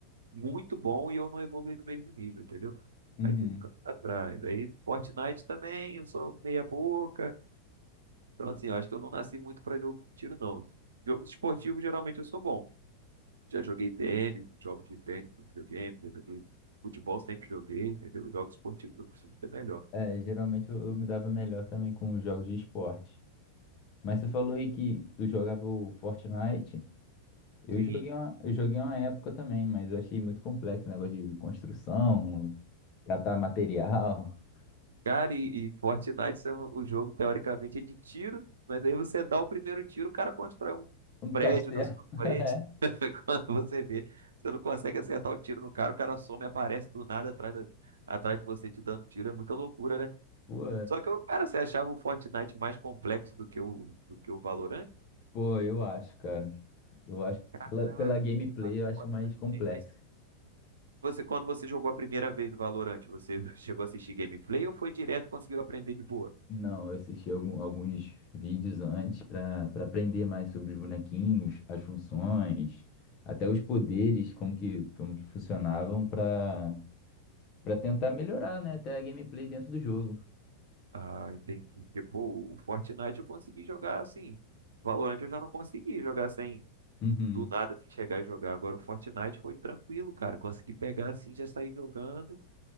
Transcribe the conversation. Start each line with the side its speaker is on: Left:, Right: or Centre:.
Right: muito bom e eu não evoluí no mesmo nível, entendeu?
Left: Uhum.
Right: Aí você fica pra trás. Aí Fortnite também, eu sou meia boca. Então, assim, eu acho que eu não nasci muito pra jogo de tiro, não. Jogos esportivos, geralmente, eu sou bom. Já joguei tênis, jogos de tênis no videogame, já joguei futebol, sempre joguei, entendeu? Jogos esportivos, eu costumo ser melhor.
Left: É, geralmente eu, eu me dava melhor também com os jogos de esporte. Mas você falou aí que tu jogava o Fortnite. Eu
Right: Sim,
Left: joguei uma, eu joguei uma época também, mas eu achei muito complexo o negócio de construção, catar material,
Right: Cara, e, e Fortnite é um- o jogo, teoricamente, é de tiro, mas aí você dá o primeiro tiro, o cara constrói um
Left: um
Right: prédio
Left: castelo.
Right: na sua
Left: <laughs>
Right: frente.
Left: É.
Right: <laughs> Quando você vê, você não consegue acertar o tiro no cara, o cara some e aparece do nada atrás, da- atrás de você te dando tiro. É muita loucura, né?
Left: Pô,
Right: Só que, o cara, você achava o Fortnite mais complexo do que o, do que o Valorant?
Left: Pô, eu acho, cara. Eu acho,
Right: Caraca,
Left: pela, pela gameplay, eu acho
Right: Fortnite
Left: mais completo
Right: tem, mas você, quando você jogou a primeira vez o Valorant, você <laughs> chegou a assistir gameplay ou foi direto e conseguiu aprender de boa?
Left: Não, eu assisti algum- alguns vídeos antes pra para aprender mais sobre os bonequinhos, as funções, até os poderes, como que, como que funcionavam pra para tentar melhorar, né, até a gameplay dentro do jogo.
Right: Ah, entendi. Tipo, o Fortnite eu consegui jogar assim. Valorant eu já não consegui jogar sem
Left: Uhum.
Right: do nada assim, chegar e jogar. Agora o Fortnite foi tranquilo, cara. Consegui pegar assim, já sair jogando.